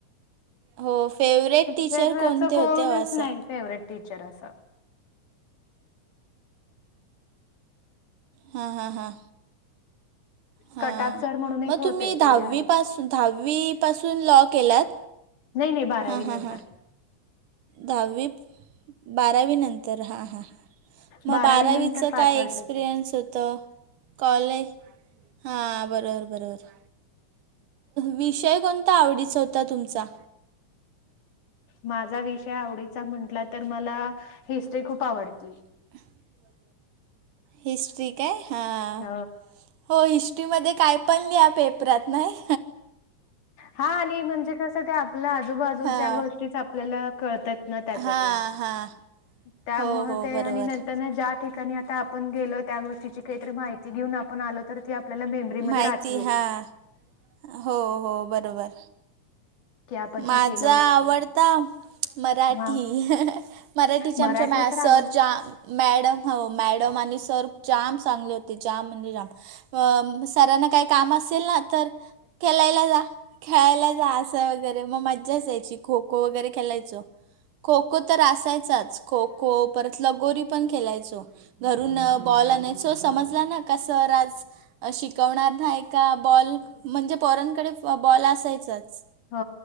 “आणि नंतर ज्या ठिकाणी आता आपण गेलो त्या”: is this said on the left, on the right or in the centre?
Left